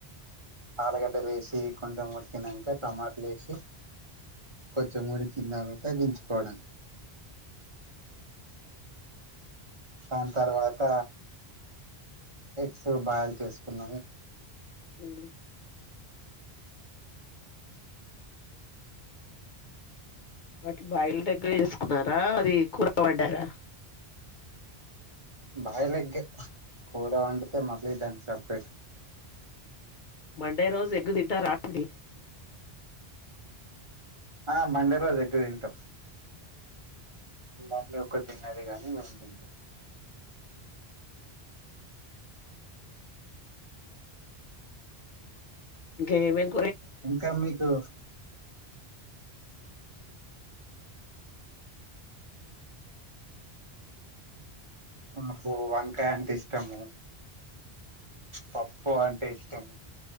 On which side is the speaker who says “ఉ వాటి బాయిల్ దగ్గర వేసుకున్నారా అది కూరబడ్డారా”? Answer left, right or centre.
Left